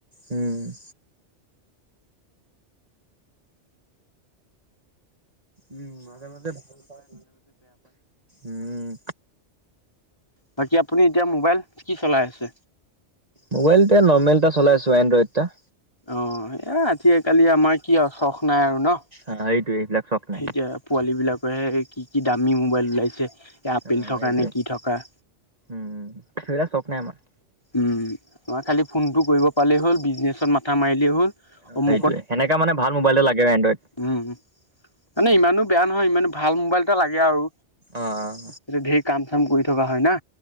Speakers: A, on the right; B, on the left.
A: উম। উম, মাজে মাজে ভাল পায় উম।
B: বাকী আপুনি এতিয়া মোবাইল কি চলাই আছে?
A: মোবাইল এতিয়া নৰ্মেল এটা চলাই আছোঁ, এনড্ৰইড এটা।
B: অ' এ, আতি কালি আমাৰ কি আৰু চখ নাই আৰু ন'?
A: অ' এইটো এইবিলাক চক নাই।
B: এতিয়া পোৱালীবিলাকৰহে কি কি দামী মোবাইল ওলাইছে, আপেল
A: অ'
B: থকা
A: সেইটোৱে
B: নে কি থকা।
A: উম, সেইবিলাক চখ নাই আমাৰ।
B: উম, আমাৰ খালি ফোনটো কৰিব পালেই হ'ল, বিজনেছত মাথা মাৰিলেই হ'ল।
A: অ'
B: অমুকত
A: সেইটোয়েই। এনেকা মান ভাল মোবাইল এটা লাগে এনড্ৰইড।
B: উম। মানে ইমানো বেয়া নহয়, ইমানো ভাল মোবাইল এটা লাগে আৰু।
A: অ'
B: এতিয়া ধেৰ কাম চাম কৰি থকা হয় না।